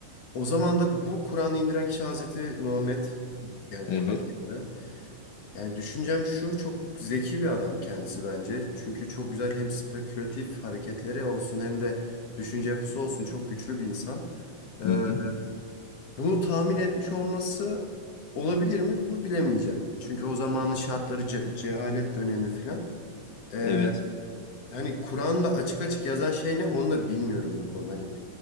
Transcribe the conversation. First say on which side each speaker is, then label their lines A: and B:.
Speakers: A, on the left (about 55°); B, on the left (about 85°).
A: o zaman da bu Kur'an'ı indiren kişi Hazreti Muhammed yani
B: Evet.
A: Kur'an'a göre. Yani düşüncem şu çok zeki bir adam kendisi bence. Çünkü çok güzel hem spekülatif hareketleri olsun hem de düşünce yapısı olsun çok güçlü bir insan. Ee,
B: Hı hı.
A: bunu tahmin etmiş olması olabilir mi? Bunu bilemeyeceğim. Çünkü o zamanın şartları ce- cehalet dönemi filan. Ee,
B: Evet.
A: hani Kur'an'da açık açık yazan şey ne onu da bilmiyorum bu konuda. Hani